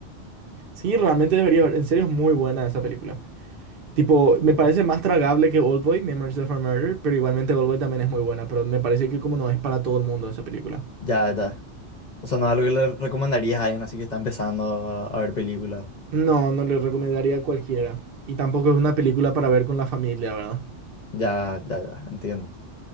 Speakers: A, on the right (about 55°); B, on the left (about 45°).
A: Sí, realmente deberías ver, en serio es muy buena esa película. Tipo, me
B: Ujú.
A: parece más tragable que Oldboy, Memories of a Murder, pero igualmente Oldboy también es muy buena, pero me parece que como no es para todo el mundo esa película.
B: Ya, ya. O sea, no es algo que le recomendarías a alguien así que está empezando a, a ver películas.
A: No, no le recomendaría a cualquiera. Y tampoco es una película para ver con la familia, ¿verdad?
B: Ya, ya, ya, entiendo.